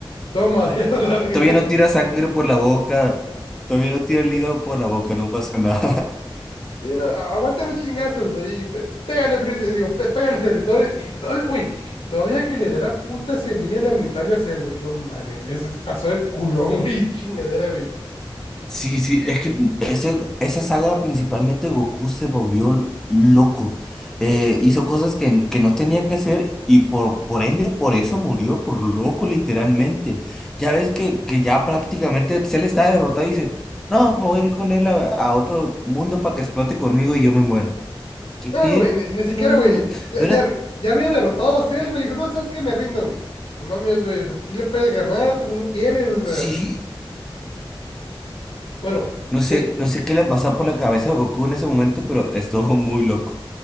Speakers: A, on the left; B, in the centre.
A: Toma, <laughs> ya la verga.
B: todavía no tira sangre por la boca, todavía no tira el hígado por la boca, no pasa nada.
A: Sí, no, aguántame chingazos ahí. pe- Pégale, Freezer, digo, pe- pégale, Cell, y todo, y todo, uy, todavía que le da la puta semilla el ermitaño a Cell, güey. No mames, güey, se pasó de culón, <laughs> güey, chingadera, güey.
B: Sí, sí, es que ese, esa saga principalmente Goku se volvió loco. Eh, hizo cosas que, que no tenía que hacer y por, por ende, por eso murió, por loco literalmente. Ya ves que, que ya prácticamente Cell está derrotado y dice, no, me voy a ir con él a, a otro mundo para que explote conmigo y yo me muero. ¿Qué
A: No,
B: pedo?
A: güey, ni, ni siquiera, güey.
B: No,
A: Ya,
B: no
A: ya,
B: era,
A: ya había derrotado a Cell, güey. Dijo, no, sabes que me rindo, güey. No mames, güey. O sea, sí le puedes ganar, pero no quieres, o sea.
B: sí,
A: Bueno,
B: no sé,
A: te-
B: no sé qué le pasaba por la cabeza a Goku en ese momento, pero estuvo muy loco.